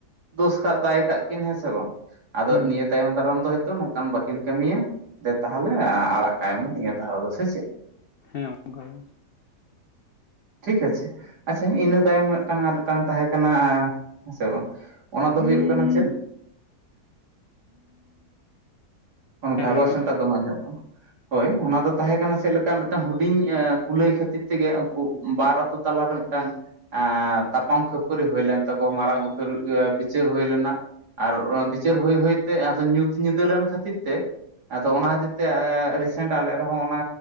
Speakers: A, on the right; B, on the left.
A: ᱫᱳᱥ ᱠᱟᱜ ᱫᱟᱭ ᱠᱟᱜ ᱠᱤᱱ ᱦᱮᱸ ᱥᱮ ᱵᱟᱝ ᱟᱫᱚ
B: ᱦᱮᱸ
A: ᱱᱤᱭᱟᱹ ᱛᱟᱭᱚᱢ ᱫᱟᱨᱟᱢ ᱫᱚ ᱦᱚᱳᱭ ᱛᱚ ᱱᱚᱝ ᱠᱟᱢ ᱵᱟᱹᱠᱤᱱ ᱠᱟᱹᱢᱤᱭᱟ ᱾ ᱫᱮ ᱛᱟᱦᱚᱞᱮ ᱟᱲᱟᱜ ᱠᱟᱭ ᱢᱮ ᱱᱤᱭᱟᱹ ᱫᱷᱟᱣ ᱫᱚ ᱥᱮ ᱪᱮᱫ,
B: ᱦᱮᱸ ᱚᱱᱠᱟᱜᱮ ᱾
A: ᱴᱷᱤᱠ ᱟᱪᱷᱮ ᱟᱪᱷᱟ ᱤᱱᱟᱹ ᱛᱟᱭᱚᱢ ᱢᱤᱫᱴᱟᱝ ᱟᱨ ᱢᱤᱫᱴᱟᱝ ᱛᱟᱸᱦᱮ ᱠᱟᱱᱟ ᱦᱮᱸᱥᱮ ᱵᱟᱝ ᱾ ᱚᱱᱟ
B: ᱜᱮ
A: ᱫᱚ ᱦᱩᱭᱩᱜ ᱠᱟᱱᱟ ᱪᱮᱫ? ᱚᱱᱟ
B: ᱦᱮᱸ
A: ᱯᱷᱟᱭᱵᱟᱨ
B: ᱞᱟᱹᱭ ᱢᱮ
A: ᱥᱮᱱᱴᱟᱨ ᱫᱚ ᱵᱟᱝ ᱟᱸᱡᱚᱜ ᱠᱟᱱᱟ ᱾ ᱦᱚᱭ ᱚᱱᱟ ᱫᱚ ᱛᱟᱸᱦᱮ ᱠᱟᱱᱟ ᱪᱮᱫᱞᱮᱠᱟ ᱢᱤᱫᱴᱟᱝ -ᱢᱤᱫᱴᱟᱝ ᱦᱩᱰᱤᱧ ᱠᱩᱞᱟᱹᱭ ᱠᱷᱟᱹᱛᱤᱨ ᱛᱮᱜᱮ, ᱩᱱᱠᱩ ᱵᱟᱨ ᱟᱹᱛᱩ ᱛᱟᱞᱟᱨᱮ ᱢᱤᱫᱴᱟᱝ ᱟᱨ ᱛᱟᱯᱟᱢ ᱠᱷᱟᱹᱯᱟᱹᱨᱤ ᱦᱩᱭ ᱞᱮᱱ ᱛᱟᱠᱚᱣᱟ ᱢᱟᱨᱟᱝ ᱩᱛᱟᱹᱨ ᱵᱤᱪᱟᱹᱨ ᱦᱩᱭ ᱞᱮᱱᱟ ᱟᱨ ᱚᱱᱟ ᱵᱤᱪᱟᱹᱨ ᱦᱩᱭ-ᱦᱩᱭ ᱦᱚᱛᱮ, ᱟᱫᱚ ᱧᱩᱛ ᱧᱤᱫᱟᱹ ᱞᱮᱱ ᱠᱷᱟᱹᱛᱤᱨ ᱛᱮ, ᱟᱫᱚ ᱚᱱᱟ ᱠᱷᱟᱹᱛᱤᱨ ᱛᱮ ᱨᱤᱥᱮᱱᱴ ᱟᱞᱮ ᱨᱮᱦᱚᱸ ᱚᱱᱟ